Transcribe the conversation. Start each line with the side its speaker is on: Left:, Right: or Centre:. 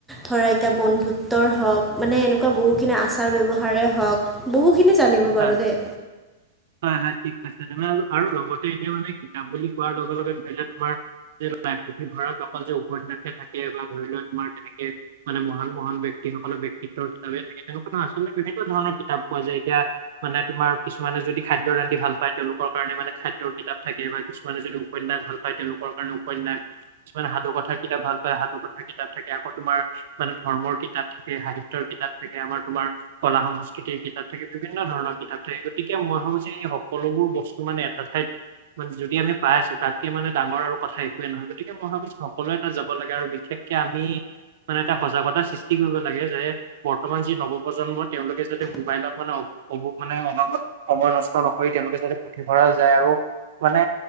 Centre: ধৰা এতিয়া বন্ধুত্বৰ হক মানে এনেকুৱা বহুখিনি আচাৰ ব্যৱহাৰে হক বহুখিনি জানিব
Right: হয়,
Centre: পাৰোঁ দেই।
Right: <unintelligible> হয়, হয় ঠিক কৈছে তেনে আৰু লগতে এতিয়া মানে কিতাপ বুলি কোৱাৰ লগে লগে ধৰি লোৱা তোমাৰ যিহেতু পুথিভঁৰাৰত অকল যে ওপৰত ৰাখে থাকে বা ধৰি লোৱা তোমাৰ তেনেকে মানে মহান মহান ব্যক্তিসকলৰ ব্যক্তিত্বৰ কিতাপে থাকে তেওঁলোকৰ আচলতে বিভিন্ন ধৰণৰ কিতাপ পোৱা যায় এতিয়া মানে তোমাৰ কিছুমানে যদি খাদ্য ৰান্ধি ভাল পায় তেওঁলোকৰ কাৰণে মানে খাদ্যৰ কিতাপ থাকে বা কিছুমানে যদি উপন্যাস ভাল পায় তেওঁলোকৰ কাৰণে উপন্যাস কিছুমান সাধু কথাৰ কিতাপ ভাল পায় সাধু কথাৰ কিতাপ থাকে আকৌ তোমাৰ মানে ধৰ্মৰ কিতাপ থাকে সাহিত্যৰ কিতাপ থাকে আমাৰ তোমাৰ কলা সংস্কৃতিৰ কিতাপ থাকে। বিভিন্ন ধৰণৰ কিতাপ থাকে গতিকে মই ভাবো যে এই সকলোবোৰ বস্তু মানে এটা ঠাইত মানে যদি আমি পাই আছো তাতকে মানে ডাঙৰ আৰু কথা একোৱেই নহয় গতিকে মই ভাবোঁ সকলোৱে তাত যাব লাগে আৰু বিশেষ কে আমি মানে এটা সজাগতা সৃষ্টি কৰিব লাগে যে বৰ্তমান যি নৱপ্ৰজন্ম তেওঁলোকে যাতে মোবাইলত মানে অবোব' মানে অবাবত সময় নষ্ট নকৰি তেওঁলোকে যাতে পুথিভঁৰাল যায় আৰু মানে